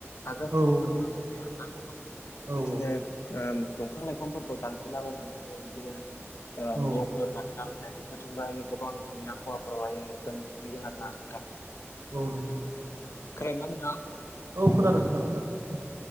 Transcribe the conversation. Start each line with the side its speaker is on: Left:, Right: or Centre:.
Left: थाग्रा
Right: औ
Left: थिलिफोर
Right: औ नंगौ
Left: नांगौ
Right: नोंथां
Left: जायो आरो ना नोंथां
Right: औ
Left: बिदिनो ओम दंफां लाइफांफोरखौ दानफैलाबायनानैनो बिदि बिदिनो आरो
Right: औ
Left: न'फोर बानायला बायना बेफोरजोंबो गोबां जोंनि आबहावाफोरावहाय गोहोम गोग्लैदों आरो ना नोंथां
Right: औ नोंगै
Left: खोनादोंना नोंथां
Right: औ खोनादों नोंथां खोनादों